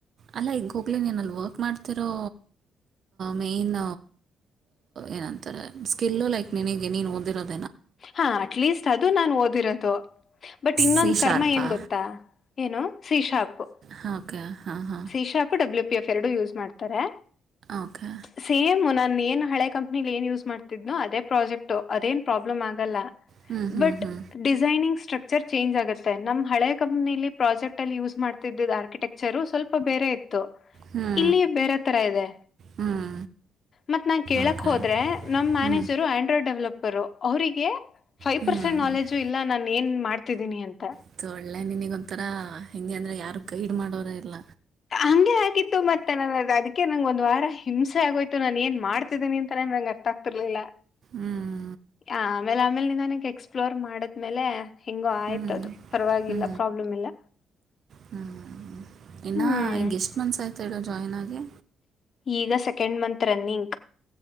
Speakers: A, on the right; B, on the left.
A: ಅಲ್ಲ ಈಗ ಹೋಗ್ಲಿ ನೀನ ಅಲ್ಲಿ ವರ್ಕ್ ಮಾಡ್ತಿರೋ ಮೇನ್ ಏನಂತಾರೆ ಸ್ಕಿಿಲ್ಲ ಲೈಕ್ ನನಗೆ ನೀನ್ ಓದಿರೋದು
B: ಹಾ ಅಟ್ಲೀಸ್ಟ್ ಅದು ನಾನ್ ಓದಿರೋದು ಬಟ್ ಇನ್ನೊಂದ
A: ಸಿ ಶಾರ್ಪಾ
B: ಕರ್ಮ ಏನ್ ಗೊತ್ತಾ ಏನು ಸೀಶಾಪ್
A: ಹಾ ಓಕೆ ಹಾ ಹಾ
B: ನಿಶಾಪ ಡಬ್ಲ್ಯೂ ಪಿ ಎಫ್ ಎರಡು ಯೂಸ್ ಮಾಡ್ತಾರೆ
A: ಓಕೆ
B: ಸೇಮ್ ನಾನು ಏನ್ ಹಳೆ ಕಂಪನಿ ಏನ್ ಯೂಸ್ ಮಾಡ್ತಿದ್ನೋ ಅದೇ ಪ್ರಾಜೆಕ್ಟ್ ಅದೇನ್ ಪ್ರಾಬ್ಲಮ್ ಆಗಲ್ಲ
A: ಹ್ಞೂ ಹ್ಞೂ
B: ಬಟ್ ಬಟ್
A: ಹ್ಞೂ
B: ಡಿಸೈನಿಂಗ್ ಸ್ಟ್ರಕ್ಚರ್ ಚೇಂಜ್ ಆಗುತ್ತೆ ನಮ್ಮ್ ಹಳೆ ಕಂಪನಿ ಪ್ರಾಜೆಕ್ಟ್ ಅಲ್ಲಿ ಯೂಸ್ ಮಾಡ್ತಿದ್ದ ಆರ್ಕಿಟೆಕ್ಚರು ಸ್ವಲ್ಪ ಬೇರೆ ಇತ್ತು
A: ಹ್ಞೂ
B: ಇಲ್ಲಿ ಬೇರೆ ತರ ಇದೆ
A: ಹ್ಞೂ
B: ಮತ್ ನಾನ್ ಕೇಳಕ್
A: ಓಕೆ
B: ಹೋದ್ರೆ ನಮ್ ಮ್ಯಾನೇಜರು
A: ಹ್ಞೂ
B: ಆಂಡ್ರಾಯ್ಡ್ ಡೆವಲಪರ್ ಅವ್ರರಿಗೆ ಫೈವ್
A: ಹ್ಞೂ
B: ಪರ್ಸೆಂಟ್
A: ಇದು
B: ನಾಲೆಜು ಇಲ್ಲ ನಾನನ್ ಏನ್ ಮಾಡ್ತಿದ್ದೀನಿ ಅಂತ
A: ಇ ಒಳ್ಳೆ ನಿನಗ ಒಂಥರ ಹೆಂಗೆ ಅಂದ್ರೆ ಯಾರು ಗೈಡ್ ಮಾಡೋರ ಇಲ್ಲ
B: ಹಾಂಗೆ ಗಿತ್ತು ಮತ್ತೆ ನ ಅದಕ್ಕೆ ನಂಗಗೆ ಒಂದ ವಾರ ಹಿಂಸೆ ಆಗೋ್ತು ನಾನು ಏನ್ ಮಾಡ್ತಿದೀನಿ ಅಂತ ನಂಗೆ ಅರ್ಥ ತತಿರ್ಲಿಲ್ಲ
A: ಹ್ಮ್
B: ಆ ಆಮೇಲೆ ಆಮೇಲೆ ನಿನ್ನಗ್ ಎಕ್ಸ್ಪ್ಲೋರ್ ಮಾಡದ್ಮೇಲೆ ಹೆಿಂಗೋ ಆಯ್ತದು
A: ಹ್ಞೂ
B: ಪರವಾಗಿಲ್ಲ
A: ಹ್ಞೂ
B: ಪ್ರಾಬ್ಲಮ್ ಇಲ್ಲ
A: ಹ್ಞೂ ಇನ್ನುೂ
B: ಹ್ಮ್
A: ಈಗ ಎಷ್ಟು ಮನ್ಸ ಆಯ್ತು ಹೇಳ ಜಾಯ್ನ್ ಆಗೆ
B: ಈಗ ಸೆಕೆಂಡ್ ಮಂತ್ ರನ್ನಿಂಗಕ್